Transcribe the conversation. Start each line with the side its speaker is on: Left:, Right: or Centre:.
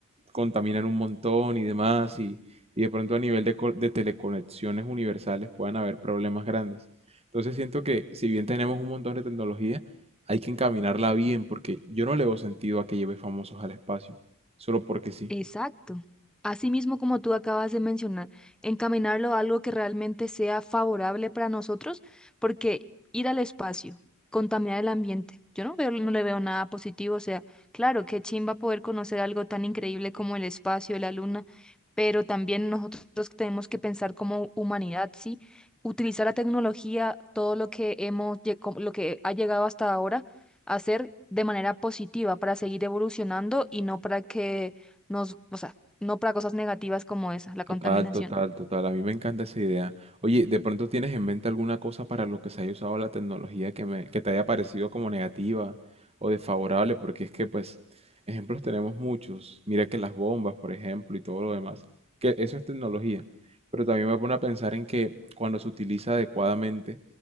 Right: contaminan un montón y demás, y, y de pronto a nivel de, co- de teleconexiones universales puedan haber problemas grandes. Entonces siento que si bien tenemos un montón de tecnología, hay que encaminarla bien porque yo no le veo sentido a que lleve famosos al espacio, solo porque sí.
Centre: Exacto. Así mismo como tú acabas de mencionar, encaminarlo a algo que realmente sea favorable para nosotros, porque ir al espacio, contaminar el ambiente, yo no veo, no le veo nada positivo, o sea, claro, qué chimba poder conocer algo tan increíble como el espacio, la luna, pero también nosotros tenemos que pensar como humanidad, ¿sí? Utilizar la tecnología, todo lo que hemos, lle- como lo que ha llegado hasta ahora, hacer de manera positiva para seguir evolucionando y no para que nos, o sea, no para cosas negativas como esa, la
Right: Total,
Centre: contaminación.
Right: total, total. A mí me encanta esa idea. Oye, ¿de pronto tienes en mente alguna cosa para lo que se haya usado la tecnología que me, que te haya parecido como negativa o desfavorable? Porque es que, pues, ejemplos tenemos muchos. Mira que las bombas, por ejemplo, y todo lo demás, que eso es tecnología. Pero también me pone a pensar en que cuando se utiliza adecuadamente